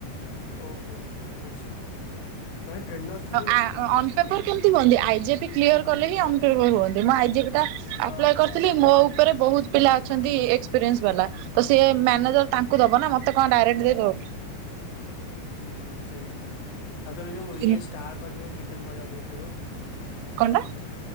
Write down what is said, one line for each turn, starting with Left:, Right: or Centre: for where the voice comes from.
Left: ଓହୋ ଆଚଛା ମାନେ ଟ୍ରେନର ଥିଲୁ
Right: ଆ
Left: ଆଉ।
Right: ଅନ୍ ପେପର କେମିତି ହୁଅନ୍ତି ଆଇଜେପି କ୍ଲିୟର କଲେ ହଁ ଅ ହୁଅନ୍ତି ମୁଁ ଆଇଜେପି ଟା
Left: ହଁ
Right: ଆପ୍ଲାଏ
Left: ହଁ
Right: କରିଥିଲି ମୋ ରେ ବହୁତ ପିଲା ଅଛନ୍ତି ଏକ୍ସପିରିଏନ୍ସ ବାଲା ତ ସି ମ୍ୟାନେଜର ତାଙ୍କୁ
Left: ଓହୋ
Right: ଦବ ନା ମତେ ତ କଣ ଡାଇରେକ୍ଟ ଦେଇ ଦେବଉ କି।
Left: ହୁଁ ସେଇଆ ଆଉଥର ଯୋଉ
Right: କି
Left: ଇଏ ଷ୍ଟା କରିକ ମେଣ୍ଟେନ କରିବାକୁ ପଡୁଥିବ।
Right: କଣ୍ଟା।